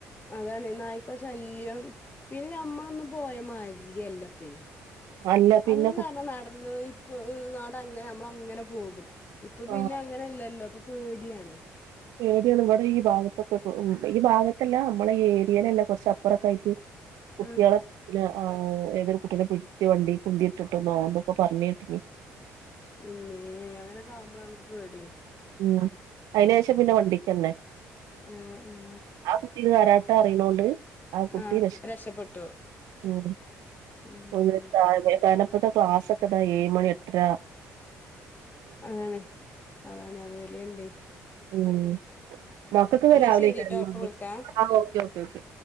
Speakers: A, on the left; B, on the right.
A: അതാണ് നായ്ക്കളെ ശല്യം പിന്നെ അമ്മളൊന്നും പോയ മാതിരിയല്ല ഇപ്പൊഴ്‌
B: അല്ല പിന്നെ
A: അന്ന് ന്ന്
B: കു
A: പറഞ്ഞാ നടന്ന് പോയി <unintelligible> അങ്ങനെ അമ്മള് അങ്ങന പോകും ഇപ്പൊ
B: ആ
A: പിന്നെ അങ്ങനെല്ലല്ലോ ഇപ്പൊ പേടിയാണ്
B: പേടിയാണ് ഇവടെ ഈ ഭാഗത്തൊക്കെ ഇപ്പൊ ഈ ഭാഗത്തല്ല അമ്മള ഈ ഏരിയയിലല്ല കൊറച്ച് അപ്പുറൊക്കെ ആയിട്ട് കുട്ട്യള
A: ആഹ്
B: പിന്ന ആഹ് ഏതൊരു കുട്ടീനെ പിടിച്ച് വണ്ടീക്ക് ഉന്തി ഇട്ടിട്ടൊന്നോ എന്തൊക്കൊ പറഞ്ഞ് കേട്ട്ക്കണ്
A: ഇമ്മേ അങ്ങനൊക്കെ ആവുമ്പളാണ് എനിക്ക് പേടി
B: <unintelligible> അയിനേഷം പിന്നെ വണ്ടിക്കന്നെ
A: ആഹ് ആഹ്
B: ആ കുട്ടിക്ക് കരാട്ട അറിയണോണ്ട് ആ കുട്ടി
A: ആഹ്
B: രഷ്
A: രക്ഷപ്പെട്ടു
B: <unintelligible>
A: ഉം
B: <unintelligible> കാരണം ഇപ്പത്ത ക്ലാസ്സൊക്കെ ഇതാ ഏഴ്‌ മണി എട്ടരാ
A: അതാണ് അതാണ് അത് വരേ ഇണ്ട്
B: ഉം മക്കക്ക്പ്പ
A: എന്നാ
B: രാവിലെ
A: ശരിട്ടോ
B: <unintelligible>
A: അപ്പൊ വിളിക്കാം
B: ആഹ് ഒക്കെ ഒക്കെ ഓക്കെ